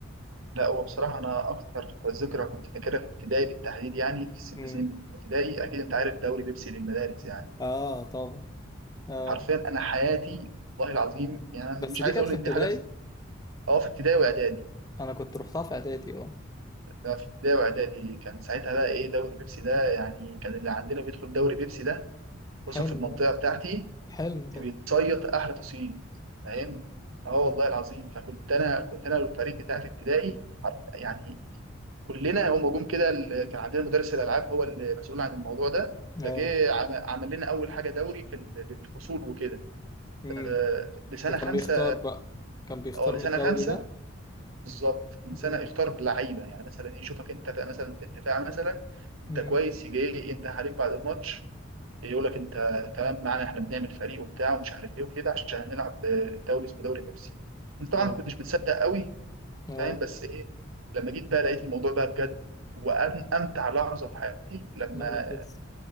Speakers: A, on the right; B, on the left.
A: لا هو بصراحه انا اكتر ذكرى كنت فاكرها في ابتدائي بالتحديد يعني في الست
B: امم
A: سنين بتوع ابتدائي اكيد انت عارف دوري بيبسي للمدارس يعني
B: اه طبعا اه
A: حرفيا انا حياتي والله العظيم يعني
B: بس
A: مش
B: دي
A: عايز
B: كانت
A: اقول
B: في
A: ان
B: ابتدائي
A: دي حاجه بس اه في ابتدائي واعدادي
B: انا كنت روحتها في اعدادي اه
A: لا، في ابتدائي واعدادي كان ساعتها بقى ايه دوري بيبسي ده يعني كان اللي عندنا بيدخل دوري بيبسي ده
B: حلم
A: فرصة في المنطقة
B: آه.
A: بتاعتي
B: حلم طبعا
A: بيتصيد أحلى تصييد فاهم؟ اه والله العظيم فكنت أنا كنت أنا والفريق بتاع في ابتدائي عارف- يعني كلنا هم جم كده ال- كان عندنا مدرس الألعاب هو المسؤول عن الموضوع ده
B: اه
A: فجه عم- عمل لنا أول حاجة دوري في ال- الفصول وكده
B: امم
A: آه، لسنة
B: وكان
A: خمسة
B: بيختار بقى كان بيختار
A: اه لسنة
B: من الدوري
A: خمسة
B: ده
A: بالظبط من سنة
B: امم
A: اختار لعيبة يعني مثلا يشوفك أنت بقى مثلا في الدفاع مثلا أنت
B: امم
A: كويس يجي إيه، ينده عليك بعد الماتش يقول لك انت تمام معانا احنا بنعمل فريق وبتاع ومش عارف ايه وكده عشان هنلعب دوري اسمه دوري بيبسي انت طبعا
B: اه
A: ما كنتش متصدق قوي
B: اه
A: فاهم بس ايه لما جيت بقى لقيت الموضوع بقى بجد وأن امتع لحظه في حياتي لما
B: لما تكسب